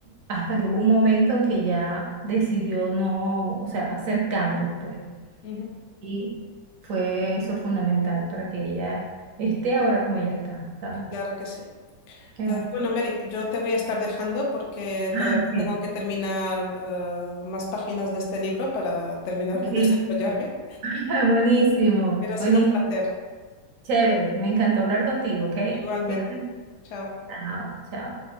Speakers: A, on the right; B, on the left.
A: hasta que hubo un momento en que ya decidió no, o sea, hacer cambios, pues.
B: Ujú.
A: Y fue eso fundamental para que ella esté ahora como ella está, ¿sabes?
B: claro que sí.
A: Ya.
B: Eh, bueno, Mary, yo te voy a estar dejando porque
A: Ah,
B: todavía
A: ok,
B: tengo que terminar eh, más páginas de este libro para terminar
A: ok.
B: de <laughs> desarrollarme,
A: <laughs> Buenísimo,
B: pero ha sido
A: buenísimo,
B: un placer.
A: chévere. Me encantó hablar contigo, ¿ok?
B: Igualmente.
A: Cuídate.
B: Chao.
A: Chao, chao.